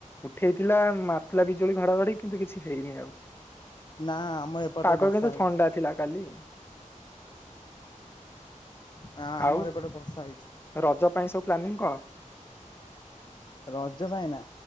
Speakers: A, on the left (about 15°); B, on the left (about 35°).
A: ଉଠେଇଥିଲା ମାରିଥିଲା ବିଜୁଳି ଘଡଘଡି କିନ୍ତୁ କିଛି ହେରିନି ଆଉ
B: ନା ଆମ ଏପଟରେ
A: ପାଗ
B: ବର୍ଷା
A: କିନ୍ତୁ
B: ହେଇଛି
A: ଥଣ୍ଡା ଥିଲା କାଲି
B: ନା ଆମର
A: ଆଉ
B: ଏବେଟେ ବର୍ଷା ହେଇଛି
A: ରଜ ପାଇଁ ସବୁ ପ୍ଲାନିଂ କଣ
B: ରଜ ପାଇଁ ନା